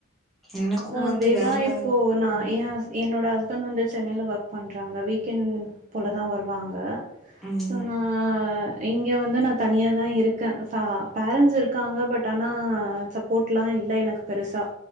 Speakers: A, in the centre; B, on the right (about 35°).
A: எனக்கு
B: அதேதா
A: வந்து வேல
B: இப்போ நா
A: ம்
B: ஏ ஹஸ் என்னோட ஹஸ்பண்ட் வந்து சென்னைல ஒர்க் பண்றாங்க வீக்கெண்ட் போல தா வருவாங்க
A: ம்
B: சோ நா இங்க வந்து நா தனியா தா இருக்கே ஃபா பேரன்ஸ் இருக்காங்க பட் ஆனா சப் போட்டலா இல்ல எனக்கு பெருசா